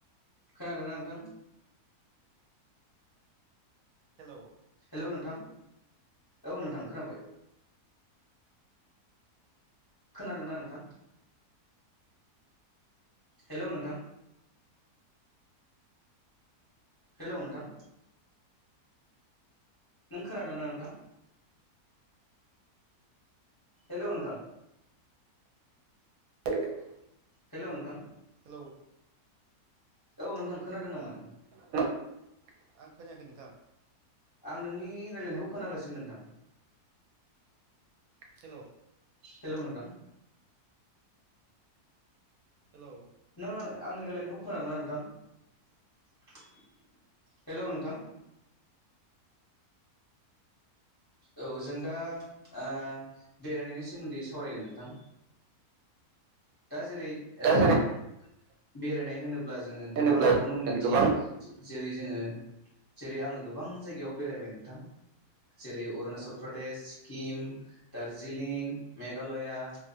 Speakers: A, on the left; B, on the right.
A: खोनादोंना नोंथां
B: हेल
A: हेलौ नोंथां औ नोंथां खोनाबाय खोनादोंना नोंथां हेल' नोंथां हेलौ नोंथां नों खोनादोंना नोंथां हेलौ नोंथां
B: <unintelligible>
A: हेलौ नोंथां
B: हेलौ
A: औ नोंथां खोनादों नामा नों
B: आं खोनायाखै नोंथां
A: आं नोंनि रायलायनायखौ खोनागासिनो नोंथां
B: हेलौ
A: हेल' नोंथां।
B: हेल'
A: नों आंनि रायलाय नायखौ खोनादोंना नोंथां? हेल' नोंथां। औ जों दा ओ बेराय नायनि सोमोन्दै सावरायगोन नोंथां। दा जेरै ओ
B: जेरै
A: बेरायनाय होनोब्ला जोङो
B: होनोब्ला
A: गोबां खौनो मोनथियो
B: गोबां
A: जेरै जोङो जेरै आङो गोबां जायगायाव बेरायबाय नोंथां। जेरै अरुणाचल प्रदेश, सिकिम, दार्जिलिं, मेघालया